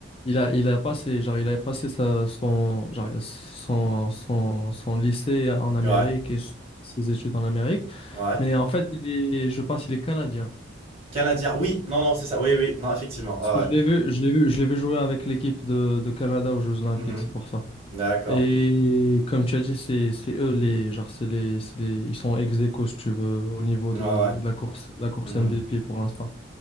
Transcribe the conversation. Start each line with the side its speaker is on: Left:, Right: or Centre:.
Left: Ouais. il a, il a passé, genre, il a passé sa, son, genre, son, son, son lycée en Amérique
Right: Ouais.
Left: et s- ses études en Amérique.
Right: Ouais.
Left: Mais en fait, il est, je pense, il est canadien.
Right: Canadien. Oui. Non, non, c'est ça. Oui, oui. Non, effectivement.
Left: Parce
Right: ouais
Left: que je l'ai vu, je l'ai vu, je l'ai vu jouer avec l'équipe de, de Canada aux Jeux Olympiques,
Right: ouais. Mhm.
Left: c'est pour ça.
Right: D'accord.
Left: Et comme tu as dit, c'est c'est eux les genre c'est les, c'est les- ils sont ex aequo, si tu veux au niveau
Right: Ouais,
Left: de,
Right: ouais.
Left: de la course la course
Right: Mhm.
Left: MVP pour l'instant.